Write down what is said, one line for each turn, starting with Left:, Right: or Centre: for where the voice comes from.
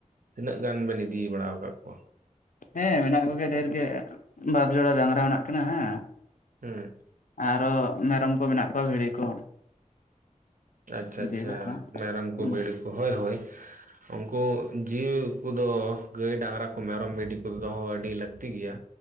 Right: ᱛᱤᱱᱟᱹᱜ ᱜᱟᱱ ᱵᱮᱱ ᱤᱫᱤ ᱵᱟᱲᱟ ᱟᱠᱟᱫ ᱠᱚᱣᱟ
Left: ᱦᱮᱸ ᱢᱮᱱᱟᱜ ᱠᱚᱜᱮᱭᱟ ᱰᱷᱮᱨ ᱜᱮ ᱵᱟᱨ ᱡᱚᱲᱟ ᱰᱟᱝᱨᱟ ᱢᱮᱱᱟᱜ ᱠᱤᱱᱟ ᱦᱮ
Right: ᱦᱮᱸ
Left: ᱟᱨᱚ ᱢᱮᱨᱚᱢ ᱠᱚ ᱢᱮᱱᱟᱜ ᱠᱚᱣᱟ ᱵᱷᱤᱲᱤ ᱠᱚ
Right: ᱟᱪᱪᱷᱟ
Left: ᱤᱫᱤ
Right: ᱟᱪᱪᱷᱟ
Left: ᱠᱟᱜ ᱠᱚᱣᱟ
Right: ᱢᱮᱨᱚᱢ
Left: ᱦᱮᱸ
Right: ᱠᱚ ᱵᱷᱤᱰᱤ ᱠᱚ ᱦᱳᱭ ᱦᱳᱭ ᱩᱱᱠᱩ ᱡᱤᱣᱤ ᱠᱚᱫᱚ ᱜᱟᱹᱭ ᱰᱟᱝᱨᱟ ᱠᱚ ᱢᱮᱨᱚᱢ ᱵᱷᱤᱰᱤ ᱠᱚ ᱫᱚᱦᱚ ᱟᱹᱰᱤ ᱞᱟᱹᱠᱛᱤ ᱜᱮᱭᱟ᱾